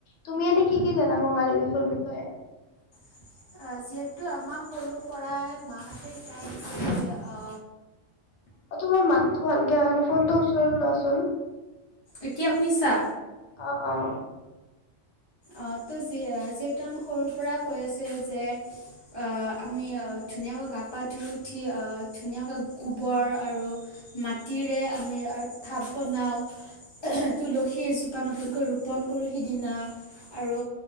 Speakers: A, on the left; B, on the left.
A: তুমি এনে কি কি জানা কঙালী বিহুৰ বিষয়ে?
B: <inaudible> যিহেতু আমাক সৰুৰ পৰাই মাহঁতে সিকাই <unintelligible> অ,
A: অ, তোমাৰ মাতটো ভালকে অহানাই ফোনটো ওচৰত লোৱাচোন।
B: এতিয়া শুনিছা?
A: অ', অ',
B: অ ত যি যিহেতু আমি সৰুৰ পৰা কৈ আছে যে অ আমি ধুনীয়াকৈ গা পা ধুই উঠি অ, ধুনীয়াকৈ গোবৰ আৰু মাটিৰে আমি ঢাপ বনাওঁ তুলসী এজোপা নতুনকৈ ৰোপণ কৰোঁ সিদিনা। আৰু